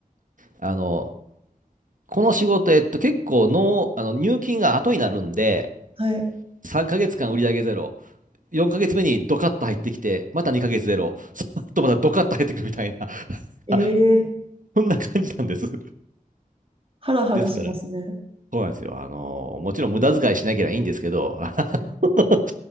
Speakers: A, on the right; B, on the right.
A: あのこの仕事、えっと、結構の、あの入金が後になるんで、
B: はい。
A: 3ヶ月間売上ゼロ、4ヶ月目にドカッと入ってきて、また2ヶ月ゼロ、その後またドカッと入ってくるみたいな、
B: ええ
A: <laughs> そんな感じなんです。
B: ハラハラしますね。
A: ですから、そうなんですよ。あの、もちろん無駄遣いしなければいいんですけど、<laughs>
B: はい。